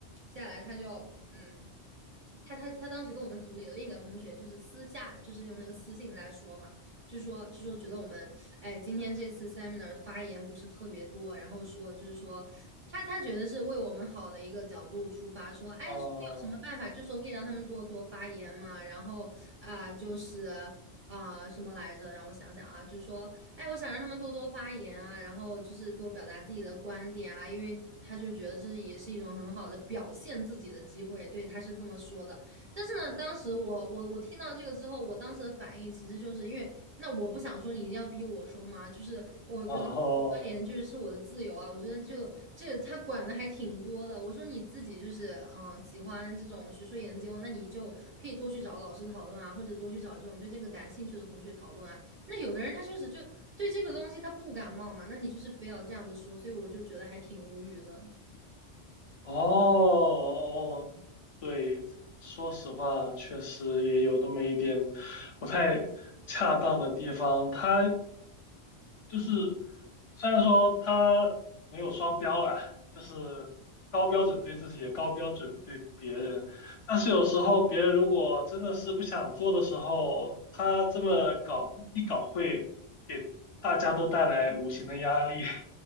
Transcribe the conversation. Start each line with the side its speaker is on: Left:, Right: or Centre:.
Right: 接下来他就，嗯，他他他当时跟我们组里的另一个同学就是私下就是用那个私信在说嘛，就说就说觉得我们，哎，今天这次 seminar 的发言不是特别多，然后说就是说。他他觉得是为我们好的一个角度出发，说，哎，
Left: 哦
Right: 有什么办法，就说可以让他们多多发言嘛，然后啊、就是啊、什么来着，让我想想啊，就是说，哎，我想让他们多多发言啊，然后就是多表达自己的观点啊，因为他就觉得这是也是一种很好的表现自己的机会，对，他是这么说的。但是呢，当时我我我听到这个之后，我当时的反应其实就是因为，那我不想说，你一定要逼我说嘛，就是我觉得发言就是是我的自由啊，
Left: 哦哦
Right: 我觉得就这个他管的还挺多的。我说你自己就是嗯、呃喜欢这种学术研究，那你就可以多去找老师讨论啊，或者多去找这种对这个感兴趣的同学讨论啊。那有的人他确实就对这个东西他不感冒嘛，那你就是非要这样子说，所以我就觉得还挺无语的。
Left: 哦，对，说实话，确实也有那么一点不太恰当的地方。他就是虽然说他没有双标啦，就是高标准对自己，也高标准对别人，但是有时候别人如果真的是不想做的时候，他这么搞一搞会给大家都带来无形的压力。<laughs>